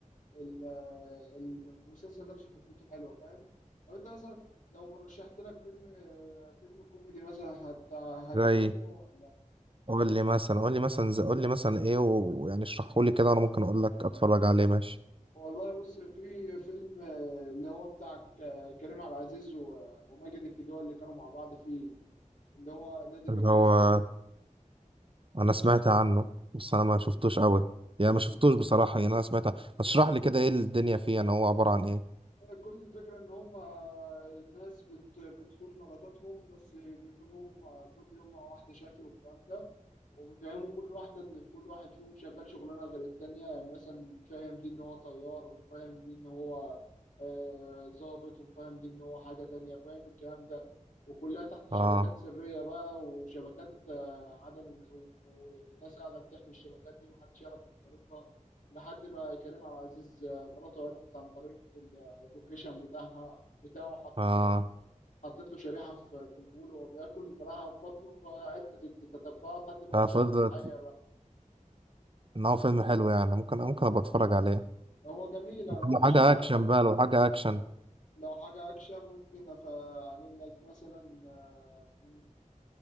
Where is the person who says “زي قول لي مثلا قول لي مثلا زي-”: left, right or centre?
Right